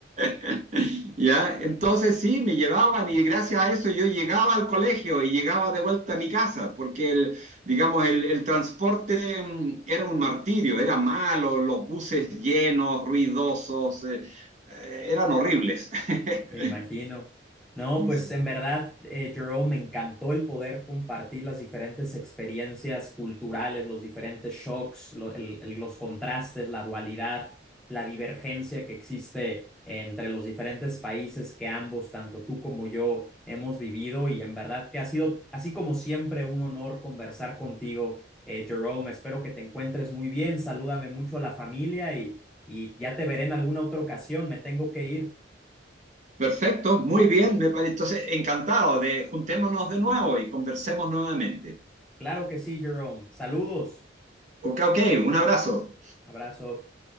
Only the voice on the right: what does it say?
<laughs> ¿Ya? Entonces sí, me llevaban y gracias a eso yo llegaba al colegio y llegaba de vuelta a mi casa, porque el, digamos, el, el transporte mm, era un martirio, era malo, los buses llenos, ruidosos, eh, eh, eran horribles. <laughs>
Sí.
sí.
Perfecto, muy bien, me parece. Entonces, encantado de juntémonos de nuevo y conversemos nuevamente.
Ok, ok, un abrazo.